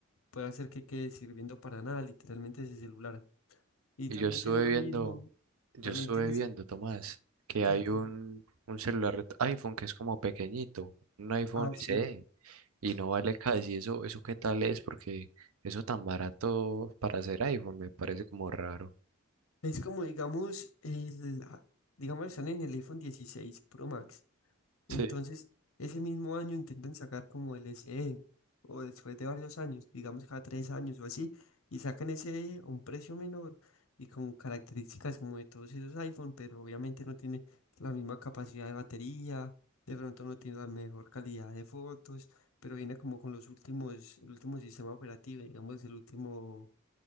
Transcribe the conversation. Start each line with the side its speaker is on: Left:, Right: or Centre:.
Left: puede hacer que quede sirviendo para nada, literalmente ese celular. Y
Right: Y
Left: también
Right: yo estuve
Left: tiene lo
Right: viendo,
Left: mismo,
Right: yo
Left: también
Right: estuve
Left: tienes
Right: viendo, Tomás, que
Left: que...
Right: hay un, un celular iPhone que es como pequeñito, un iPhone
Left: Ah, sí,
Right: SE. Y no vale casi eso, eso qué tal es, porque eso tan barato para hacer iPhone me parece como raro.
Left: Es como, digamos, el, a- digamos, están en el iPhone 16 Pro Max. Entonces,
Right: Sí,
Left: ese mismo año intentan sacar como el SE, o después de varios años, digamos cada tres años o así, y sacan ese E a un precio menor y con características como de todos esos iPhone, pero obviamente no tiene la misma capacidad de batería, de pronto no tiene la mejor calidad de fotos, pero viene como con los últimos, el último sistema operativo, digamos, el último